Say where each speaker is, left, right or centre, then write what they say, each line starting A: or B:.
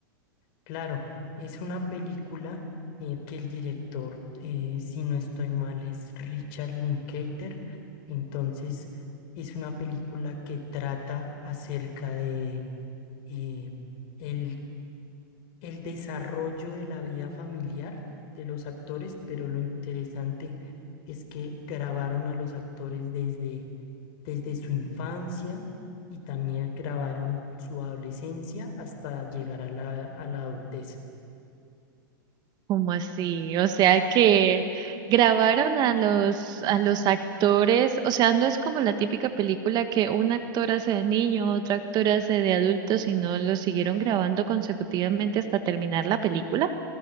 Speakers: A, on the left; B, on the right.
A: Claro, es una película eh, que el director, eh, si no estoy mal, es Richard Linklater. Entonces, es una película que trata acerca de eh, el el desarrollo de la vida familiar de los actores, pero lo interesante es que grabaron a los actores desde, desde su infancia y también grabaron su adolescencia hasta llegar a la, a la adultez.
B: ¿Cómo así? O sea que grabaron a los, a los actores, o sea, no es como la típica película que un actor hace de niño, otro actor hace de adulto, sino lo siguieron grabando consecutivamente hasta terminar la película.